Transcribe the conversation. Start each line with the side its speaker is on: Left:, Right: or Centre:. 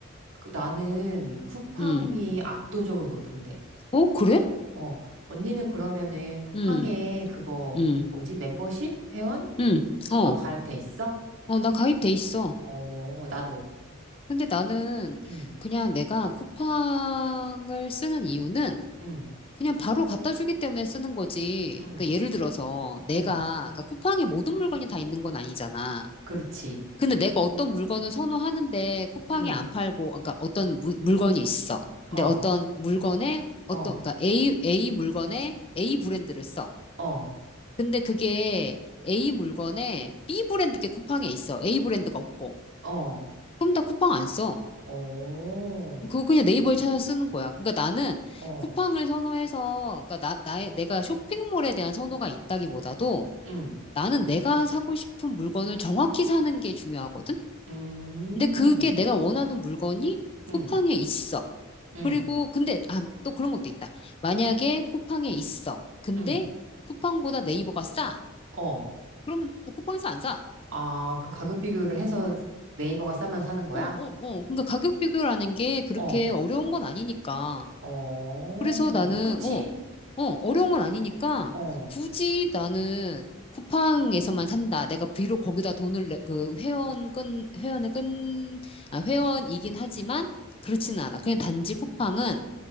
Right: 그, 나는 쿠팡이
Left: 음.
Right: 압도적으로 높은데.
Left: 어 그래?
Right: 어, 언니는 그러면은 쿠팡에
Left: 음.
Right: 그거,
Left: 음.
Right: 뭐지? 멤버십? 회원?
Left: 음.
Right: 그거
Left: 어.
Right: 가입돼 있어?
Left: 어, 나 가입돼 있어.
Right: 어, 나도.
Left: 근데 나는
Right: 응,
Left: 그냥 내가 쿠팡을 쓰는 이유는
Right: 응,
Left: 그냥 바로 갖다 주기 때문에 쓰는 거지.
Right: 응,
Left: 그러니까 예를 들어서 내가
Right: 응.
Left: 그러니까 쿠팡에 모든 물건이 다 있는 건 아니잖아.
Right: 그렇지.
Left: 근데 내가 어떤 물건을 선호하는데 쿠팡에
Right: 응,
Left: 안 팔고 그러니까 어떤 무- 물건이 있어. 근데
Right: 어,
Left: 어떤 물건에 어떤
Right: 어,
Left: 그러니까 A A 물건에 A 브랜드를 써.
Right: 어,
Left: 근데 그게 A 물건에 B 브랜드 게 쿠팡에 있어. A 브랜드가 없고.
Right: 어,
Left: 그럼 나 쿠팡 안 써.
Right: 어,
Left: 그거 그냥 네이버에 찾아 쓰는 거야. 그러니까 나는
Right: 어,
Left: 쿠팡을 선호해서, 그러니까 나, 나의, 내가 쇼핑몰에 대한 선호가 있다기보다도
Right: 응.
Left: 나는 내가 사고 싶은 물건을 정확히 사는 게 중요하거든?
Right: 음,
Left: 근데 그게 내가 원하는 물건이
Right: 음,
Left: 쿠팡에 있어.
Right: 음,
Left: 그리고, 근데, 아, 또 그런 것도 있다. 만약에 쿠팡에 있어. 근데
Right: 음,
Left: 쿠팡보다 네이버가 싸.
Right: 어.
Left: 그러면 쿠팡에서 안 사.
Right: 아, 그 가격 비교를 해서 네이버가 싸면 사는 거야?
Left: 어, 어, 어. 그러니까 가격 비교라는 게 그렇게
Right: 어,
Left: 어려운 건 아니니까.
Right: 어,
Left: 그래서 나는,
Right: 그치?
Left: 어, 어, 어려운 건 아니니까
Right: 어,
Left: 굳이 나는 쿠팡에서만 산다. 내가 비록 거기다 돈을 내, 그 회원 끈, 회원의 끈, 아, 회원이긴 하지만 그렇지는 않아. 그냥 단지 쿠팡은